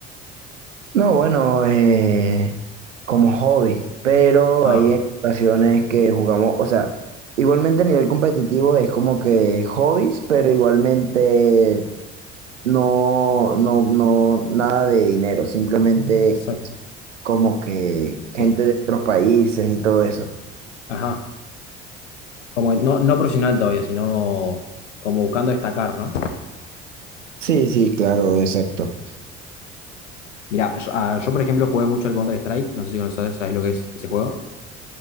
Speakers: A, on the right; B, on the left.
A: No, bueno, eh, como hobby, pero
B: Ah,
A: hay ocasiones que jugamos, o sea, igualmente a nivel competitivo es como que hobbies, pero igualmente no, no, no, nada de dinero, simplemente
B: exacto.
A: como que gente
B: Es-
A: de otros países y todo eso.
B: ajá. Como no, no profesional todavía, sino como buscando destacar, ¿no?
A: Sí, sí, claro, exacto.
B: Mira, yo, ah, yo, por ejemplo jugué mucho al Counter-Strike, no sé si conoces, sabes lo que es ese juego.